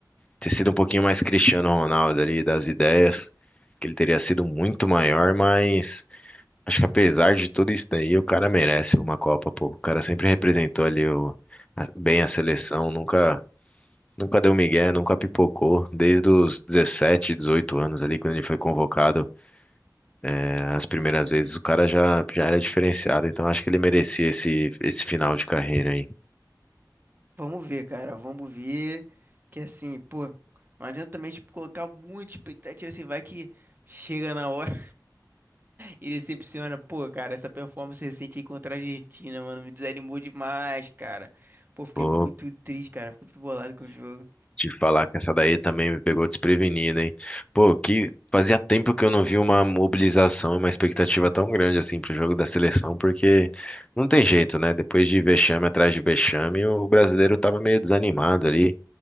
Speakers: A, on the left; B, on the right.
A: ter sido um pouquinho mais Cristiano Ronaldo ali, das ideias, que ele teria sido muito maior, mas acho que apesar de tudo isso daí, o cara merece uma Copa, pô. O cara sempre representou ali o- a- bem a seleção, nunca, nunca deu migué, nunca pipocou, desde os 17, 18 anos ali, quando ele foi convocado, é, as primeiras vezes, o cara já, já era diferenciado, então acho que ele merecia esse, esse final de carreira aí.
B: Vamos ver, cara. Vamos ver. Que assim, pô, não adianta também, tipo, colocar muita expectativa assim, vai que chega na hora. E decepciona, pô, cara, essa performance recente aí contra a Argentina, mano, me desanimou demais, cara. Pô, fiquei
A: Pô,
B: muito triste, cara, fiquei muito bolado com o jogo.
A: Te falar que essa daí também me pegou desprevenida, hein? Pô, que fazia tempo que eu não vi uma mobilização e uma expectativa tão grande assim pro jogo da seleção, porque não tem jeito, né? Depois de vexame atrás de vexame, o brasileiro tava meio desanimado ali.